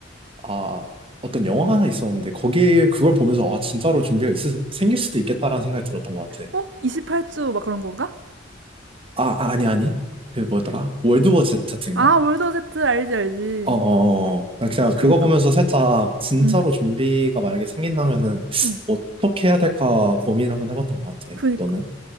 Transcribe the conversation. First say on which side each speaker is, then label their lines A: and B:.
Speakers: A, on the right; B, on the right.
A: 아, 어떤 영화 하나 있었는데 거기에 그걸 보면서 아, 진짜로 좀비가 있을, 생길 수도 있겠다라는 생각이 들었던 것 같아.
B: 어? 28주 막 그런 건가?
A: 아, 아, 아니 아니. 그 뭐더라? 월드워 제트인가?
B: 아, 월드 제트 알지, 알지.
A: 어, 어, 어. 나 그냥
B: 그니까.
A: 그거 보면서 살짝 진짜로
B: 응,
A: 좀비가 만약에 생긴다면은
B: 응.
A: 어떻게 해야 될까 고민을 한번 해봤던 것 같아.
B: 그니까.
A: 너는?